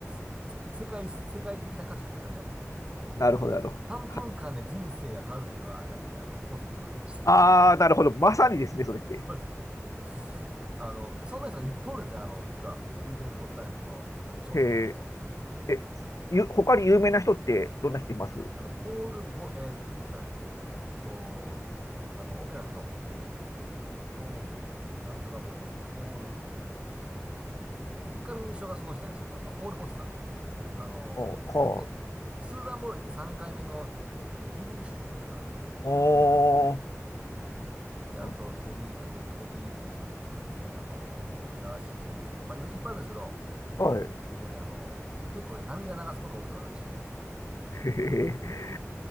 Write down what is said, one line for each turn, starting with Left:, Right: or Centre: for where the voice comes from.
Right: <laughs> 世界、世界的な歌手になっちゃったみたいな。
Left: なるほど、なるほど。
Right: 3分間で人生が変わるというのがあれなんですね、あの、コンセプトでございまして。
Left: ああ、
Right: <laughs>
Left: なるほど。まさにですね、それって。
Right: そうです。あの、で、そんな人がいっぱいおるんですね、あの、実は、ブリテンズ・ゴット・タレントの挑戦者で。
Left: へえ、え、ゆ、他に有名な人ってどんな人います
Right: あの、ポール・ボ、えーなんていうかな、えっと、あの、オペラの人、ポー、なんとかボッツ、ポール、一回目優勝がその人なんですよ。あの、あ、ポール・ボッツだ。あの、
Left: おは
Right: で、スーザン・ボールって3回目の、えっと、準優勝者だったかな。
Left: あ、
Right: はい。で、
Left: あー
Right: あと、テリー、あと、コディ・リーさんとかですね、あの、ダーシー・リンさんとか、まあ、いっぱいあるんですけど、
Left: はい。へ
Right: もうね、あの、結構ね、涙流すことが多くて、私。
Left: え。